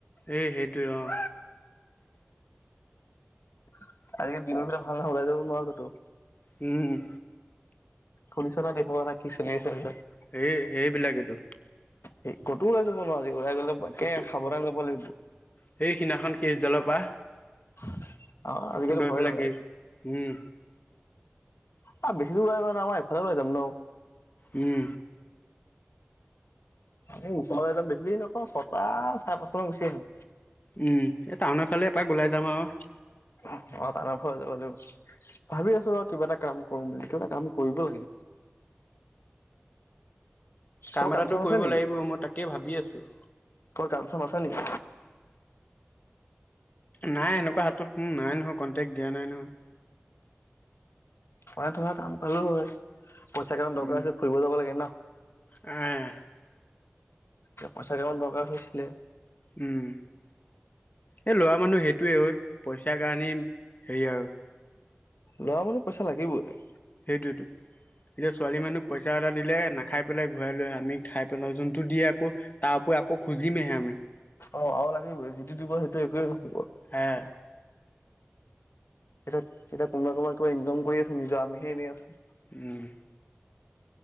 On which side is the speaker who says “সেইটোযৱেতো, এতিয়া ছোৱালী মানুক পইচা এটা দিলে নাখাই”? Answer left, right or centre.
Left